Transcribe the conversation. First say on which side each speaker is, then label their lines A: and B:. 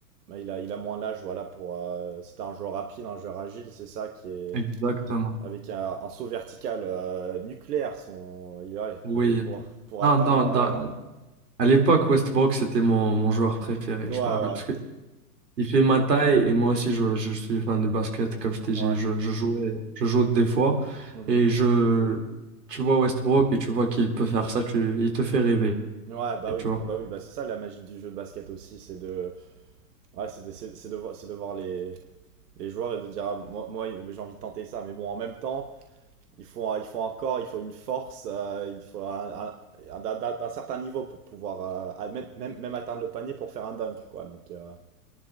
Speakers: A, on the right; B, on the right.
A: bah, il a il a moins l'âge voilà pour euh, c'était un joueur rapide, un joueur agile, c'est ça qui est
B: Exactement.
A: avec un, un saut vertical euh, nucléaire son il ouais,
B: Oui.
A: avec pour pour
B: Non,
A: atteindre
B: dans, dans-
A: ouais.
B: à l'époque, Westbrook, c'était mon, mon joueur préféré,
A: Ouais
B: je
A: ouais.
B: me rappelle. Parce que il fait ma taille et moi aussi, je, je suis fan de basket. Comme je t'ai
A: Ouais.
B: dit, je, je jouais, je joue des fois.
A: Mhm.
B: Et je, tu vois Westbrook et tu vois qu'il peut faire ça, tu, il te fait rêver,
A: Ouais, bah oui.
B: tu vois.
A: Ah bah oui, bah c'est ça la magie du jeu de basket aussi, c'est de Ouais, c'est c'est- c'est de, voir- c'est de voir les, les joueurs et de dire, ah, moi, moi j'ai envie de tenter ça. Mais bon, en même temps, il faut, un- il faut encore, il faut une force, euh, il faut un, un- un- d'un- d'un d'un certain niveau pour pouvoir, euh, à- même, même, même atteindre le panier pour faire un dunk, quoi. Donc, euh,